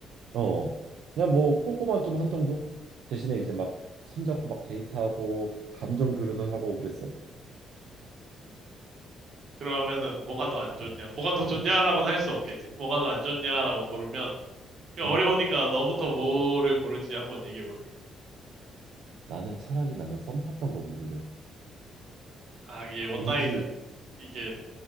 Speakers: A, on the right; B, on the right.
A: 어 그냥 뭐 뽀뽀만 좀 한 정도 대신에 이제 막 손잡고 막 데이트하고 감정 교류도 하고 그랬어
B: 그러면은 뭐가 더 안 좋냐? 뭐가 더 좋냐라고는 할 수 없겠지. 뭐가 더 안 좋냐라고 고르면 이거
A: 응
B: 어려우니까 너부터 뭐를 고를지 한번 얘기해 볼래?
A: 나는 차라리 나는 썸 탔던 거 고를래
B: 아, 이게 원나잇은
A: 도무지
B: 이게